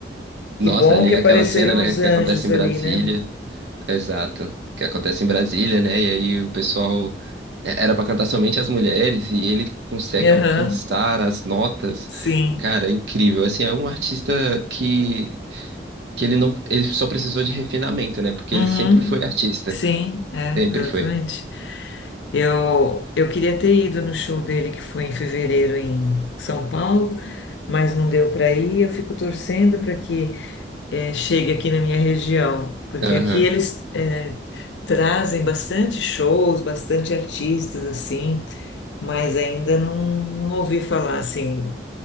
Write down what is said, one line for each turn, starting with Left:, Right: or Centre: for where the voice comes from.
Left: Que
Right: Nossa,
Left: bom
Right: ali
Left: que
Right: é
Left: apareceram
Right: aquela cena, né,
Left: os
Right: que
Left: anjos
Right: acontece em
Left: ali,
Right: Brasília,
Left: né?
Right: exato, que acontece em Brasília, né, e aí o pessoal é, era pra cantar somente as mulheres e ele consegue
Left: Aham,
Right: alcançar as notas,
Left: sim.
Right: cara, é incrível, assim, é um artista que, que ele não, ele só precisou de refinamento, né, porque
Left: Uhum,
Right: ele sempre foi artista,
Left: sim, é,
Right: sempre
Left: exatamente.
Right: foi,
Left: Eu, eu queria ter ido no show dele, que foi em fevereiro em São Paulo, mas não deu para ir. Eu fico torcendo para que eh, chegue aqui na minha região, porque
Right: aham.
Left: aqui eles eh, trazem bastante shows, bastante artistas assim, mas ainda não, não ouvi falar assim